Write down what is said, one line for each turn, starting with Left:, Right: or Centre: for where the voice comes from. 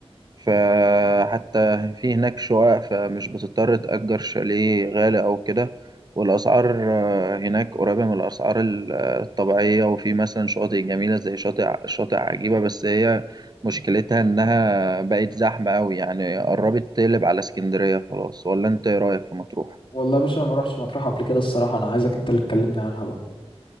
Right: فحتى في هناك شقق فمش بتضطر تأجر شاليه غالي أو كده والأسعار آه، هناك قريبة من الأسعار ال- آه، الطبيعية وفي مثلا شواطئ جميلة زي شاطئ شاطئ عجيبة بس هي مشكلتها إنها بقت زحمة أوي يعني قربت تقلب على اسكندرية خلاص ولا أنت إيه رأيك في مطروح؟
Left: والله يا باشا انا ما روحتش مطروح قبل كده الصراحه انا عايزك انت اللي تكلمني عنها بقى